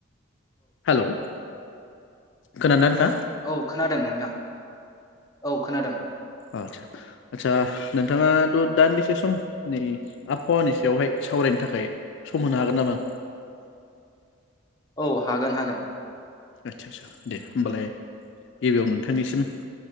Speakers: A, on the left; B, on the left.
A: हेल' औ खोनादोंना नोंथाङा
B: औ खोनादों नोंथां औ खोनादों
A: आचसा आदसा नोंथाङाथ' दान्दिसे सम नै आबहावानि सायावहाय सावरायनो थाखाय सम होनो हागोन नामा
B: औ हागोन हागोन
A: आदसा आदसा दे होमबालाय गिबियाव नोंथांनिसिम